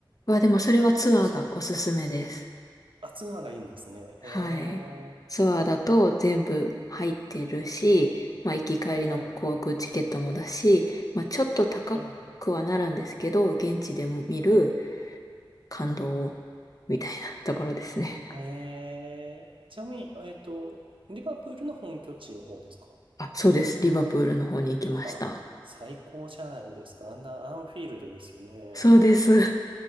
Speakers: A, on the left (about 45°); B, on the right (about 80°).
A: わあ、でもそれはツアーがおすすめです。
B: めちゃ、あ、ツアーがいいんですね。
A: はい。
B: ええ
A: ツアーだと全部入ってるし、まあ行き帰りの航空チケットもだし、
B: はい、
A: まあちょっと高くはなるんですけど、
B: ええ
A: 現地でも見る
B: はい。
A: 感動みたいなところですね。<laughs>
B: ええちなみに、えっと、リバプールの本拠地の方ですか
A: あ、そうです。リバプールの方に行きました。
B: あ、最高じゃないですか。あんなアンフィールドですよね。
A: そうです。